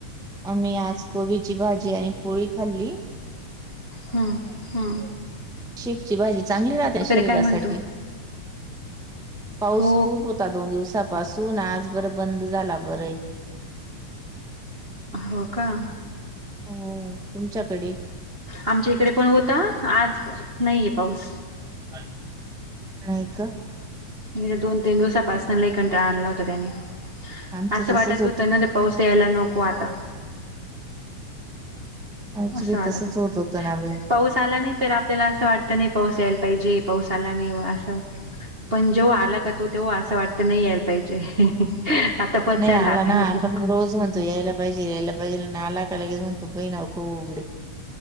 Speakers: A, in the centre; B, on the right.
A: आम्ही आज कोबीची भाजी आणि पोळी खाल्ली.
B: हं हं
A: शेपूची भाजी चांगली राहते शरीरासाठी.
B: काय म्हणतो?
A: पाऊस
B: हो
A: खूप होता दोन दिवसापासून आज बर बंद झालाय, बरंय
B: हो का.
A: हो तुमच्याकडे?
B: आमच्या इकडे पण होता, आज नाहीये पाऊस
A: नाही का.
B: म्हणजे दोन तीन दिवसापासून लई कंटाळ आणला होता त्याने,
A: आमचं
B: असं
A: तसच
B: वाटत होतं ना ते पाऊस आपल्याला नको आता.
A: आमच
B: असं
A: बी
B: वाटत
A: तसच
B: होत
A: होतं ना बाई
B: पाऊस आला नाही तर आपल्याला असं वाटतं नाही पाऊस यायला पाहिजे पाऊस आला नाही व असं पण जो आला का तो तेव्हा असं वाटत नाही यायला पाहिजे, <inaudible>
A: नाही आला
B: आता
A: ना,
B: नको
A: आपण रोज म्हणतो यायला पाहिजे यायला पाहिजेल न आला का लगेच म्हणतो बई नको पडू.